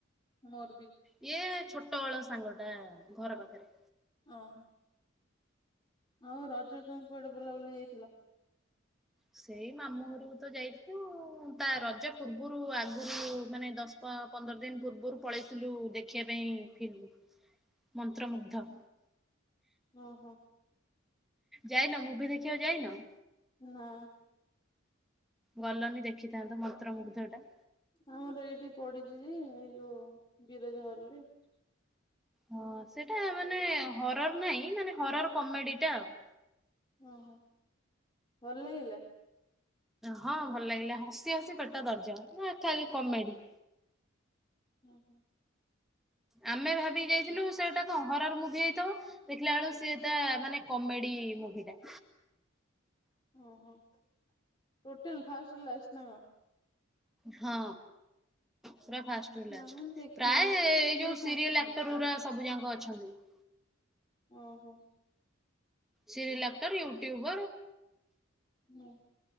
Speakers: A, on the left; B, in the centre.
A: ମୋରବି।
B: ଇଏ ଛୋଟ ବେଳ ସାଙ୍ଗ ଟା ଘର ପାଖରେ।
A: ଓହୋ। ହଉ ରଜକୁ ତମେ କୁଆଡେ ବୁଲାବୁଲି ଯାଇଥିଲ?
B: ସେଇ ମାମୁଁ ଘରକୁ ତ ଯାଇଥିଲୁ ତା ରଜ ପୂର୍ବରୁ ଆଗରୁ ମାନେ ଦଶ ପନ୍ଦର ଦିନ ପୂର୍ବରୁ ପଳେଇଥିଲୁ ଦେଖିବା ପାଇଁ ଫିଲ୍ମ। ମନ୍ତ୍ରମୁଗ୍ଧ।
A: ଓ ହଁ।
B: ଯାଇନ ମୁଁଭି ଦେଖିବାକୁ ଯାଇନ?
A: ନାଁ।
B: ଗଲନି ଦେଖିଥାନ୍ତ ମନ୍ତ୍ରମୁୁଗ୍ଧ ଟା।
A: ଆମର ଏଇଠି ପଡିଛି ଯେ ଏଇ ଯୋଉ ବିରଜା ହଲରେ।
B: ହଁ ସେଟା ମାନେ ହରର ନାଇଁ ମାନେ ହରର କମେଡି ଟା ଆଉ।
A: ଓ ହୋ ଭଲ ଲାଗିଲା?
B: ହଁ ଭଲ ଲାଗିଲା ହସି ହସି ପେଟ ଦରଜ ନା ଖାଲି କମେଡି।
A: ଉଁ ହୁଁ।
B: ଆମେ ଭାବିକି ଯାଇଥିଲୁ ସେଟାଟା କଣ ହରର ମୁଭି ହେଇଥିବ ଦେଖିଲା ବେଳୁ ସିଏ ତା ମାନେ କମେଡି ମୁଭି ଟା।
A: ଓହୋ ଟୋଟାଲ ଫାଷ୍ଟ ରୁ ଲାଷ୍ଟ ନା କଣ?
B: ହଁ ପୁରା ଫାଷ୍ଟ।
A: ନା ମୁଁ ଦେଖିନି।
B: ପ୍ରାୟ ଏଇ
A: ଗୋଟେ
B: ଯୋଉ
A: ସା
B: ସିରିଏଲ ଆକ୍ଟର ସବୁ ଯାକ ଅଛନ୍ତି ମ।
A: ଓହୋ।
B: Serial actor YouTuber.
A: ହୁଁ।